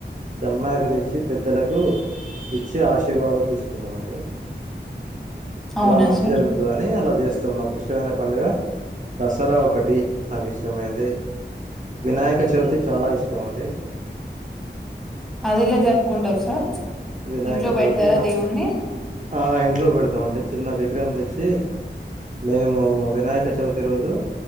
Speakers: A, on the right; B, in the centre.
A: జమ్మాకు తెచ్చి పెద్దలకు ఇచ్చి ఆశీర్వాదం తీసుకుంటామండి
B: అవునా
A: అలా మంచి
B: సార్?
A: జరుగుతుంది అని అలా చేస్తాం మాకు ఇష్టమైన పండుగ దసరా ఒకటి నాకు ఇష్టమైంది వినాయక కచవితి చాలా ఇష్టం అండి
B: అదేలా జరుపుకుంటారు సార్
A: వినాయక
B: ఇంట్లో
A: చవితి
B: బెడతారా
A: నా
B: దేవుడిని?
A: ఆ ఇంట్లో పెడతామండి చిన్న విగ్రహం తెచ్చి మేము వినాయక చవితి రోజు